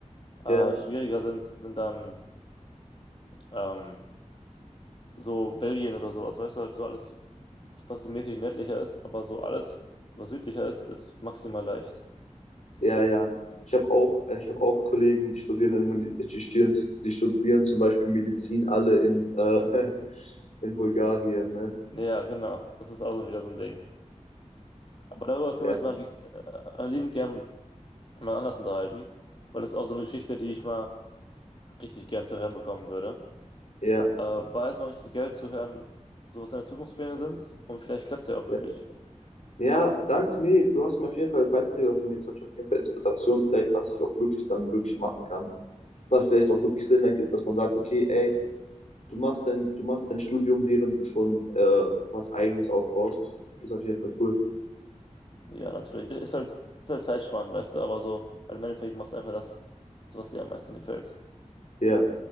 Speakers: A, on the left (about 45°); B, on the left (about 65°).
A: äh,
B: Ja,
A: schwieriger sind, sind dann. Ähm, so Belgien oder sowas, weißt du, halt so alles, was so mäßig nördlicher ist, aber so alles, was südlicher ist, ist maximal leicht.
B: ja, ja. Ich habe auch, äh, ich habe auch Kollegen, die studieren, in, Medi- die, studieren, die studieren zum Beispiel Medizin alle in, äh, <laughs> in Bulgarien, ne?
A: Ja, genau, das ist auch so wieder so ein Ding. Aber darüber können
B: Ja,
A: wir uns mal äh, liebend gern mal anders unterhalten, weil das ist auch so eine Geschichte, die ich mal richtig gern zu hören bekommen würde.
B: ja,
A: Äh, war erstmal richtig geil zu hören, so was deine Zukunftspläne sind und vielleicht klappt es ja auch wirklich.
B: ja. Ja, danke, nee, du hast mir auf jeden Fall weitergeholfen. Jetzt habe ich auf jeden Fall Inspiration, vielleicht, was ich auch wirklich dann wirklich machen kann. Was vielleicht auch wirklich Sinn ergibt, dass man sagt, okay, ey, du machst dein, du machst dein Studium, während du schon äh, was Eigenes aufbaust. Ist auf jeden Fall cool.
A: Ja, natürlich. Ist halt, ist halt zeitspannend, weißt du, aber so, weil im Endeffekt machst du einfach das, was dir am meisten gefällt.
B: Ja.